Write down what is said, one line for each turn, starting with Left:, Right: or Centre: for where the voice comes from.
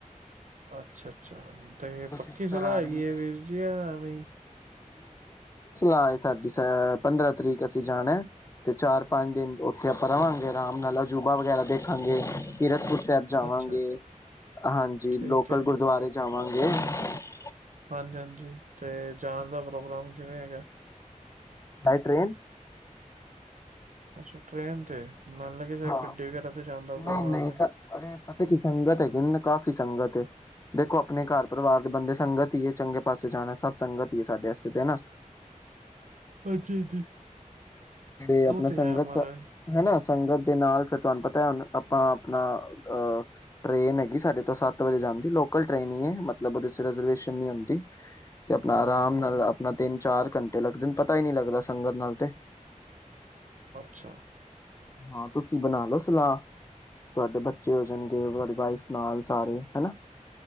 Right: ਅੱਛਾ ਅੱਛਾ ਤੇ ਪੱਕੀ
Left: ਸਿਸਟਰ
Right: ਸਲਾਹ
Left: ਆ
Right: ਹੈਗੀ
Left: ਰਹੀ
Right: ਏ ਵੀਰ ਜੀ ਆ ਐਵੇਂ।
Left: ਆ ਸਾਡੀ ਅ ਪੰਦਰਾਂ ਤਰੀਕ ਅਸੀਂ ਜਾਣਾ ਤੇ ਚਾਰ-ਪੰਜ ਦਿਨ ਉੱਥੇ ਆਪਾਂ ਰਵਾਂਗੇ, ਆਰਾਮ ਨਾਲ ਅਜੂਬਾ ਵਗੈਰਾ ਦੇਖਾਂਗੇ ਕੀਰਤਪੁਰ ਸਾਹਿਬ ਜਾਵਾਂਗੇ
Right: ਅੱਛਾ
Left: ਹਾਂਜੀ
Right: ਠੀਕ
Left: ਲੋਕਲ
Right: ਹੈ
Left: ਗੁਰਦੁਆਰੇ ਜਾਵਾਂਗੇ ਵਾਂਗ
Right: ਹਾਂਜੀ ਹਾਂਜੀ ਤੇ ਜਾਣ ਦਾ ਪ੍ਰੋਗਰਾਮ ਕਿਵੇਂ ਹੈਗਾ
Left: ਬਾਏ ਟ੍ਰੇਨ
Right: ਅੱਛਾ ਟ੍ਰਰੇਨ ਤੇ ਮੰਨ ਲੱਗਿਆ ਸ਼ਾਇਦ
Left: ਹਾਂ,
Right: ਗੱਡੀ ਵਗੈਰਾ ਤੇ ਜਾਣ ਦਾ ਪ੍ਰੋਗਰਾਮ
Left: ਨਈਂ ਨਈਂ
Right: ਹੈ
Left: ਸਾਰੇ ਪਤਾ ਕੀ ਸੰਗਤ ਹੈਗੀ ਕਿ ਕਾਫੀ ਸੰਗਤ ਹੈ ਦੇਖੋ ਆਪਣੇ ਘਰ ਪਰਿਵਾਰ ਦੇ ਬੰਦੇ ਸੰਗਤ ਈ ਐ, ਚੰਗੇ ਪਾਸੇ ਜਾਣਾ ਸਭ ਸੰਗਤ ਈ ਐ ਸਾਡੇ ਵਸਤੇ ਤੇ ਨਾਂ।
Right: ਹਾਂਜੀ ਹਾਂਜੀ।
Left: ਤੇ ਆਪਣਾ
Right: ਉਹ
Left: ਸੰਗਤ
Right: ਹੈ ਮਹਾਰਾਜ
Left: ਹੈ ਨਾਂ। ਸੰਗਤ ਦੇ ਨਾਲ ਫਿਰ ਤੁਆਨੂੰ ਪਤਾ ਆਪਾਂ ਆਪਣਾ ਅ ਟ੍ਰੇਨ ਹੈਗੀ ਸਾਡੇ ਤੋਂ ਸੱਤ ਵਜੇ ਜਾਂਦੀ ਲੋਕਲ ਟ੍ਰੇਨ ਈ ਐ, ਮਤਲਬ ਉਹਦੇ ਚ ਰਿਜ਼ਰਵੇਸ਼ਨ ਨੀਂ ਹੁੰਦੀ। ਤੇ ਆਪਣਾ
Right: ਹਾਂਜੀ
Left: ਆਰਾਮ ਨਾਲ ਆਪਣਾ ਤਿੰਨ-ਚਾਰ ਘੰਟੇ ਲੱਗਦੇ ਨੇ ਪਤਾ ਹੀ ਨਈਂ ਲੱਗਦਾ ਸੰਗਤ ਨਾਲ ਤੇ
Right: ਅੱਛਾ।
Left: ਹਾਂ ਤੁਸੀਂ ਬਣਾ ਲੋ ਸਲਾਹ, ਤੁਹਾਡੇ ਬੱਚੇ ਹੋ ਜਾਣਗੇ, ਤੁਹਾਡੀ ਵਾਈਫ ਨਾਲ, ਸਾਰੇ ਹਨਾ।